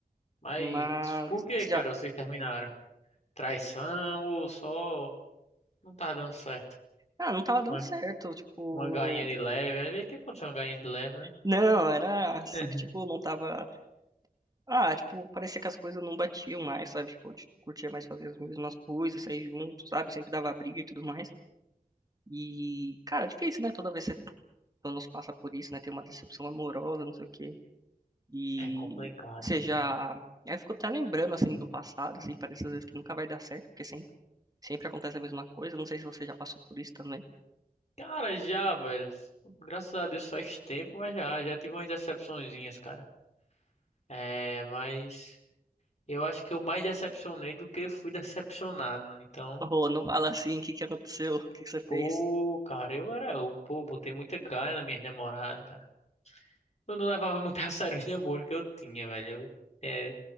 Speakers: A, on the left; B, on the right.
A: Mas
B: Mas
A: por que, cara,
B: já.
A: vocês terminaram? Traição ou só não tá dando certo?
B: Ah, não tava dando
A: Uma,
B: certo, tipo.
A: uma galinha de leve, às vezes que pode ser uma galinha de leve, né?
B: Não, era.
A: <laughs>
B: Só que, tipo, não tava. Ah, tipo, parecia que as coisas não batiam mais, sabe? Tipo, a gente não curtia mais fazer as mesmas coisas, sair junto, sabe? Sempre dava briga e tudo mais. E, cara, difícil, né? Toda vez que você pelo menos passa por isso, né? Tem uma decepção amorosa, não sei o quê. E
A: É complicado,
B: você
A: mas...
B: já. Aí eu fico até lembrando, assim, do passado, assim, parece às vezes que nunca vai dar certo, porque sempre, sempre acontece a mesma coisa. Não sei se você já passou por isso também.
A: Cara, já, velho. Graças a Deus faz tempo, mas já, já tive umas decepçõezinhas, cara. É, mas eu acho que eu mais decepcionei do que fui decepcionado, né? então
B: Oh, não fala assim, o que que aconteceu? O que que você
A: Pô,
B: fez?
A: cara, eu era. Eu, pô, botei muita gaia na minha namorada, cara. Eu não levava <laughs> muito a sério os namoros que eu tinha, velho. Eu, é,